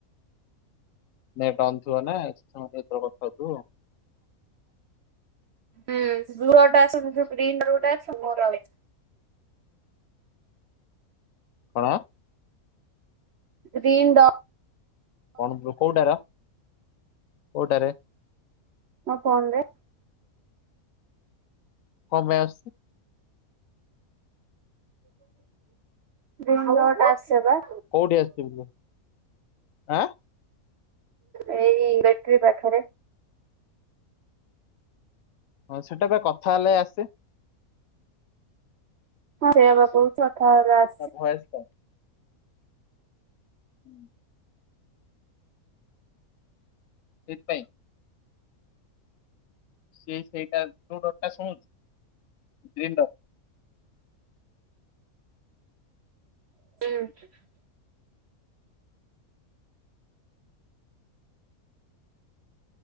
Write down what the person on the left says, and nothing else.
ନେଟ୍ ଅନ୍ ଥିବ ନା, କିଛି ସମୟ ପାଇଁ କୁଆଡେ କଥା ହଉଥୁବୁ। <unintelligible>
କଣ?
କଣ ବ୍ରୋ କୋଉଟାର? କୋଉଟାରେ?
କଣ ପାଇଁ ଆସଛି?
କୋଉଠି ଆସିବୁ କୁହ? ଆଁ,
ହଁ ସେଟା ପା କଥା ହେଲେ ଆସେ।
ତା ଭାଏସ୍ ହୁଁ। ସେଇଥିପାଇଁ। ସେଇ ସେଇଟାଉ ତୋ କଥା ଶୁଣୁଛି ଗ୍ରୀନଡ।